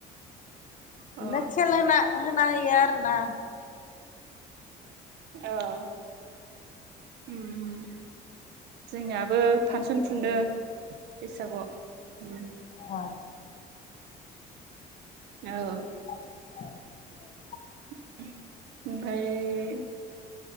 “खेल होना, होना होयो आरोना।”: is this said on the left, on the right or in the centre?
Left